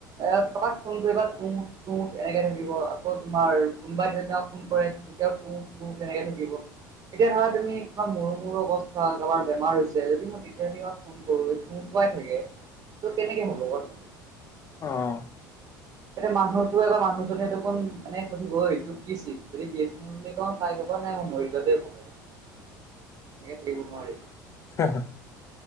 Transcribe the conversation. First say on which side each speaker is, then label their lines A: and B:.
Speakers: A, on the right (about 35°); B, on the left (about 30°).
A: এ তোমাক ফোন কৰিবা তুত তুত এনেকে থাকিব আকৌ তোমাৰ কোনবাই ধৰি লোৱা ফোন কৰে তুত তুত তেনেকে থাকিব এতিয়া ধৰা তুম কিবা মোৰ অৱস্থা কেলা বেমাৰ হৈছে যদি মই তেতিয়া দিনত ফোন কৰো শুকুৱাই থাকে। ত' কেনেকে হ'ব কচোন।
B: অ'।
A: এতিয়া মানুহতো বা মানুহজনে দেখোন এনেকে কৈ থাকিব অই তোৰ কি সেত যতি একেখা ফাইট হু'ব নাই মৰি গ'লে ভাল হ'ব। এনেকে থাকিব নোৱাৰি।
B: হ <unintelligible>